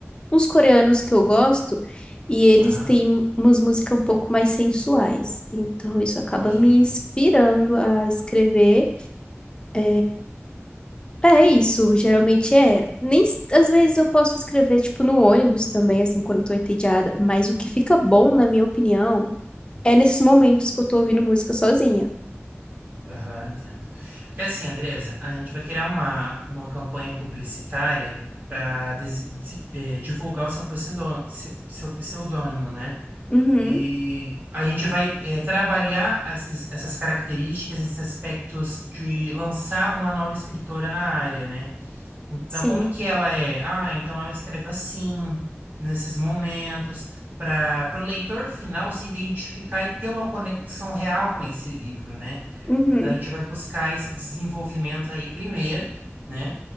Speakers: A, on the left; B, on the right.
A: uns coreanos que eu gosto e eles
B: Aham.
A: têm umas músicas um pouco mais sensuais. Então isso acaba
B: Ok.
A: me inspirando a escrever. É, é isso, geralmente é. Nem s- às vezes eu posso escrever tipo no ônibus também, assim, quando eu tô entediada, mas o que fica bom, na minha opinião, é nesses momentos que eu tô ouvindo música sozinha.
B: Aham, entendo. Porque assim, Andresa, a gente vai criar uma, uma campanha publicitária para divulgar o seu pseudônimo, seu, seu pseudônimo, né?
A: Uhum,
B: E a gente vai eh, trabalhar esses, essas características, esses aspectos de lançar uma nova escritora na área, né? Então,
A: Sim.
B: como que ela é? Ah, então ela escreve assim, nesses momentos, para o leitor final se identificar e ter uma conexão real com esse livro, né?
A: uhum.
B: Então, a gente vai buscar esse desenvolvimento aí primeiro, né?